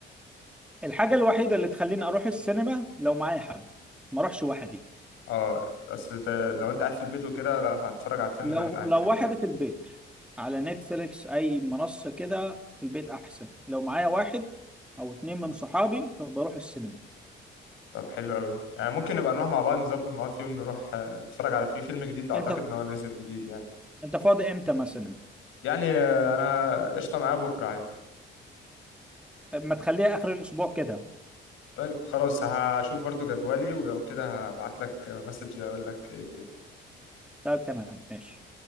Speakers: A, in the centre; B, on the left (about 90°).
A: الحاجه الوحيده اللي تخليني اروح السينما لو معايا حد ما اروحش وحدي
B: اه اصل ت- لو انت قاعد في البيت وكده لا هتتفرج على فيلم
A: لو
B: عادي
A: لو
B: في البيت
A: وحدي في البيت على نتفليكس اي منصه كده في البيت احسن لو معايا واحد او اتنين من صحابي فبروح السينما
B: طب حلو قوي يعني ممكن نبقى نروح مع بعض نظبط مع بعض في يوم نروح آه، نتفرج على فيه فيلم جديد اعتقد
A: انت
B: ان هو نازل جديد يعني
A: انت فاضي امتى مثلا
B: يعني آه، انا قشطه معاه بكره عادي
A: ما تخليها اخر الاسبوع كده
B: طيب خلاص هشوف برضو جدولي ولو كده هبعت لك مسج اقول لك إيه الدنيا.
A: طيب تمام ماشي